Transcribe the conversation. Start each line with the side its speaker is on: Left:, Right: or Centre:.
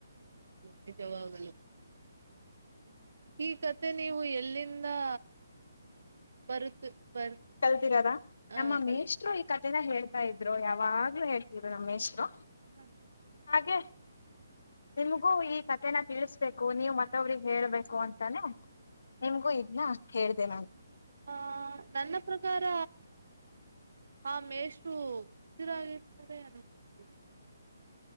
Right: ನಿಜವಾಗಲೂ ಈ ಕತೆ ನೀವು ಎಲ್ಲಿಂನ್ ತಾ ಬರುತ್ ಬರ್
Left: ಕಲ್ತಿದರ
Right: ಆ
Left: ನಮ್ಮ
Right: ಕಲ್
Left: ಮೇಸ್ಟ್ರು ಈ ಕ ಇದನ್ನ ಹೇಳ್ತಾ ಇದ್ರು ಯಾವಾಗ್ಲೂ ಹೇಳ್ತಿದ್ರು ನಮ್ಮೇಷ್ಟ್ರು.
Right: ಹ್ಮ.
Left: ಹಾಗೆ ನಿಮ್ಗೂ ಈ ಕಥೆನ ತಿಳಿಸ್ಬೇಕು ನೀವ್ ಮತ್ತೊಬ್ರಿಗ್ ಹೇಳ್ಬೇಕು ಅಂತಾನೆ ನಿಮ್ಗೂ ಇದನ್ನ ಹೇಳ್ದೆ ನಾನು.
Right: ಆ ನನ್ನ ಪ್ರಕಾರ ಆ ಮೇಷ್ಟು ಹಸಿರಾಗಿರ್ತಾರೆ. <unintelligible>